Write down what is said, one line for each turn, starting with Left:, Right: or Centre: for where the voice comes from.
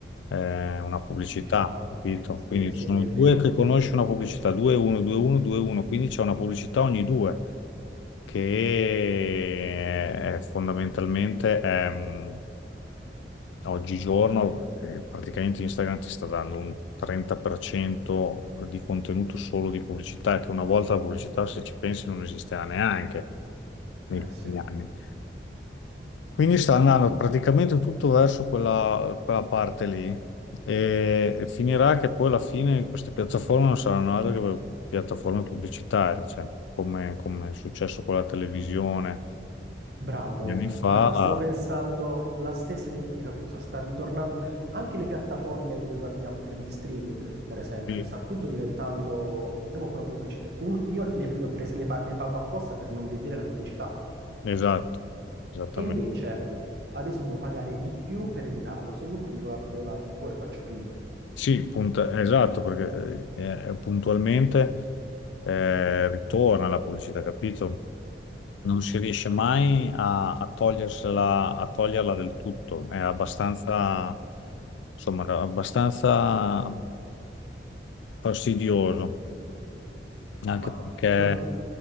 Left: eh, una pubblicità,
Right: Pubblicità,
Left: capito?
Right: sì,
Left: Quindi
Right: sì,
Left: ci sono
Right: è
Left: due
Right: vero,
Left: che conosci una pubblicità, 2-1, 2-1, 2-1, quindi c'è una pubblicità ogni due, che è fondamentalmente ehm, oggigiorno eh, praticamente Instagram ti sta dando un 30% di contenuto solo di pubblicità, che una volta la pubblicità, se ci pensi, non esisteva neanche nei
Right: eh sì.
Left: primi anni. Quindi sta andando praticamente tutto verso quella, quella parte lì e, e finirà che poi alla fine queste piattaforme non saranno altro che piattaforme pubblicitarie, cioè, come, come è successo con la televisione
Right: Bravo,
Left: gli anni fa.
Right: guarda, stavo pensando la stessa identica cosa, sta ritornando anche le piattaforme dove guardiamo i film di streaming, per esempio,
Left: Sì,
Right: sta tutto diventando di nuovo con una pubblicità. Un- io le, le ho prese- le pa- le pago apposta per non vedere la pubblicità
Left: esatto, esattamente.
Right: e invece adesso devo pagare di più per evitarlo. A questo punto mi guardo la TV e faccio prima.
Left: Sì, punt- esatto, perché eh, eh, puntualmente eh, ritorna la pubblicità, capito? Non si riesce mai a, a togliersela, a toglierla del tutto, è abbastanza, insomma, era abbastanza fastidioso, anche
Right: Ma
Left: perché
Right: torni...